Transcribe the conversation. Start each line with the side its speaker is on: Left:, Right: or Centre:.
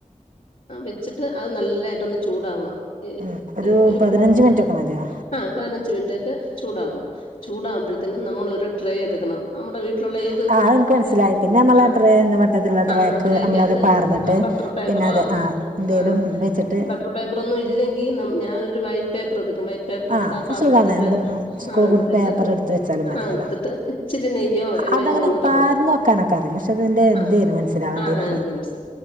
Left: ആഹ വെച്ചിട്ട് അത് നല്ലതായിട്ടൊന്ന് ചൂടാവണം. ഏ
Right: ഉം. ഒരു
Left: <unintelligible>
Right: പതിനഞ്ച് മിനിറ്റ് ഒക്കെ മതിയോ
Left: ആഹ പതിനഞ്ച് മിനിറ്റ് ഒക്കെ ചൂടാവണം ചൂടാകുമ്പോഴത്തനും നമ്മളൊ ഒരു ട്രേ എടുക്കണം നമ്മുടെ വീട ട്ടിലുള്ള ഏത്
Right: ആ അതെനിക്ക് മനസ്സിലായി
Left: ഏത്
Right: പിന്നെ നമ്മൾ
Left: ആഹ
Right: ആ ട്രേ എന്ന വട്ടത്തിലുള്ള
Left: ആഹ
Right: ട്രേക്ക്
Left: ട്രെക്കകത്ത്
Right: നമ്മളത് പാർന്നിട്ട്
Left: ബട്ടർ പേപ്പറോ
Right: പിന്നെ അത്
Left: ആഹ
Right: ആ എന്തെങ്കിലും വെച്ചിട്ട്
Left: ബ ട്ടർ പേപ്പറോന്നും ഇല്ലങ്കി ഞാനൊരു വൈറ്റ് പേപ്പർ എടുക്കും വൈ പേപ്പർ എടുത്ത
Right: ആഹ്
Left: ആ പാത്രത്തിന്റെ
Right: സുഖാണ് നമ്മള് സ്കൂൾ
Left: അതിട്ടിട്ട്
Right: പേപ്പർ എടുത്ത് വെച്ചാലും മതിയല്ലോ
Left: ആടുത്തിട്ട് ഇച്ചിരി നെയ്യോ എണ്ണയോ
Right: അതങ്ങനെ
Left: ഒന്ന് തടവ്
Right: പാർന്ന് വെക്കാനൊക്കെ അറിയാം പക്ഷെ അതിന്റെ ഇതേനു
Left: ആ
Right: മനസ്സിലാവേണ്ടീനത്
Left: ആ ആങ്ക്ര സ്